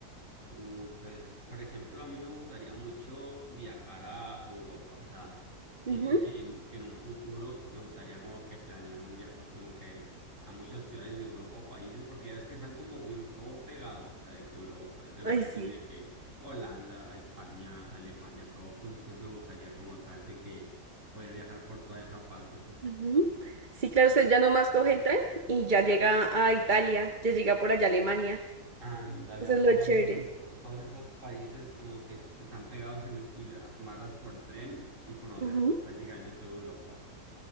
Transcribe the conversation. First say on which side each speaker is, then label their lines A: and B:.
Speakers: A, on the right (about 55°); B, on the right (about 30°).
A: Uy, pues, por ejemplo, a mí me gustaría mucho viajar a Europa, o sea, siento
B: Ujú.
A: que en, que en un futuro me gustaría como que planear un viaje como que a muchas ciudades de Europa o países, porque ya ves que están como bien todo pegado, o sea, de que Europa, de Europa
B: Ay, sí.
A: tiene de que Holanda, España, Alemania, todo junto, entonces me gustaría como tal de que poder viajar por toda esa parte, pues.
B: Ujú. Sí, claro, usted ya nomás coge el tren y ya llega a Italia, ya llega por allá a Alemania.
A: Ándale,
B: Eso
A: a
B: es lo
A: todos
B: chévere.
A: esos, a todos esos países como que están pegados en ir a tomarlas por tren y conocer
B: Ujú,
A: pues prácticamente toda Europa.